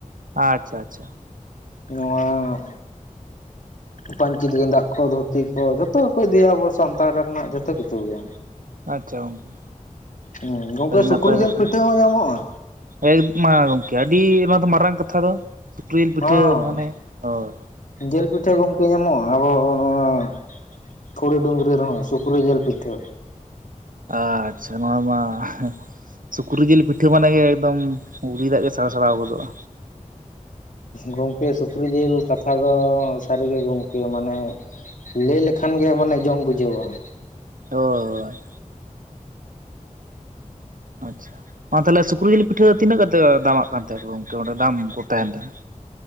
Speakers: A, on the right; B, on the left.
A: ᱟᱪᱪᱷᱟ ᱪᱷᱟ ᱪᱷᱟ
B: ᱱᱚᱣᱟ ᱯᱟᱹᱧᱪᱤᱛ ᱜᱮᱸᱫᱟᱜ ᱠᱚ ᱫᱷᱩᱛᱤ ᱠᱚ ᱡᱷᱚᱛᱚ ᱜᱮ ᱠᱚ ᱤᱫᱤᱭᱟ ᱟᱵᱚ ᱥᱟᱱᱛᱟᱲ ᱨᱮᱱᱟᱜ ᱡᱚᱛᱚ ᱠᱤᱪᱷᱩ ᱜᱮ᱾
A: ᱟᱪᱪᱷᱟ ᱜᱚᱝᱠᱮ
B: ᱦᱩᱸ ᱜᱚᱝᱠᱮ
A: ᱟᱹᱰᱤ
B: ᱥᱩᱠᱨᱤ
A: ᱱᱟᱯᱟᱭ ᱠᱟᱛᱷᱟ
B: ᱡᱤᱞ ᱯᱤᱴᱷᱟᱹ ᱦᱚᱸ ᱧᱟᱢᱚᱜᱼᱟ?
A: ᱮᱠ ᱢᱟ ᱜᱚᱝᱠᱮ ᱟᱹᱰᱤ ᱚᱱᱟ ᱫᱚ ᱢᱟᱨᱟᱝ ᱠᱟᱛᱷᱟ ᱫᱚ ᱥᱩᱠᱨᱤᱞ ᱯᱤᱴᱷᱟᱹ
B: ᱦᱚᱸ
A: ᱢᱟᱱᱮ ᱦᱳᱭ
B: ᱡᱤᱞ ᱯᱤᱴᱷᱟᱹ ᱜᱚᱢᱠᱮ ᱧᱟᱢᱚᱜ-ᱟ ᱟᱵᱚ ᱱᱚᱣᱟᱼᱼ ᱠᱷᱩᱲᱤ ᱰᱩᱝᱨᱤ ᱨᱮᱦᱚᱸ ᱥᱩᱠᱨᱤ ᱡᱤᱞ ᱯᱤᱴᱷᱟᱹ᱾
A: ᱟᱪᱪᱷᱟ ᱱᱚᱣᱟ ᱢᱟ, ᱦᱮᱸᱻᱼᱼ ᱥᱩᱠᱨᱤ ᱡᱤᱞ ᱯᱤᱴᱷᱟᱹ ᱢᱟᱱᱮ ᱮᱠᱫᱚᱢ ᱩᱞᱤ ᱫᱟᱜ ᱜᱮ ᱥᱟᱲ ᱥᱟᱲᱟᱣ ᱜᱚᱫᱚᱜᱼᱟ᱾
B: ᱜᱚᱢᱠᱮ ᱥᱩᱠᱨᱤ ᱡᱤᱞ ᱠᱟᱛᱷᱟ ᱫᱚ ᱥᱟᱹᱨᱤᱜᱮ ᱜᱚᱢᱠᱮ ᱢᱟᱱᱮ ᱞᱟᱹᱭ ᱞᱮᱠᱷᱟᱱ ᱜᱮ ᱢᱟᱱᱮ ᱡᱚᱢ ᱵᱩᱡᱟᱹᱣᱟ ᱾
A: ᱦᱳᱭ ᱟᱪᱷᱟ ᱢᱟ ᱛᱟᱦᱚᱞᱮ ᱥᱩᱠᱨᱤ ᱡᱤᱞ ᱯᱤᱴᱷᱟᱹ ᱫᱚ ᱛᱤᱱᱟᱹᱜ ᱠᱟᱛᱮ ᱫᱟᱢᱟᱜ ᱠᱟᱱ ᱛᱟᱦᱮᱸ ᱜᱚᱝᱠᱮ ᱚᱱᱰᱮ ᱫᱟᱢ ᱠᱚ ᱛᱟᱦᱮᱱ ᱛᱟᱦᱮᱸᱫ?